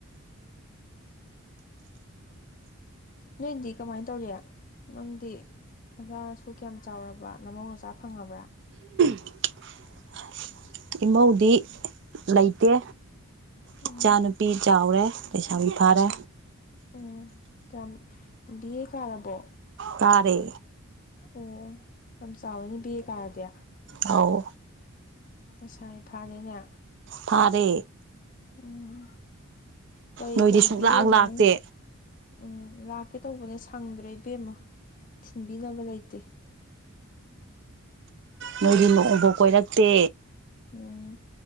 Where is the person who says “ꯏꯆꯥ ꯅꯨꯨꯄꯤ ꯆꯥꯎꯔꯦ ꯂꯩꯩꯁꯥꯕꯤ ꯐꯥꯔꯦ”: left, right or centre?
Right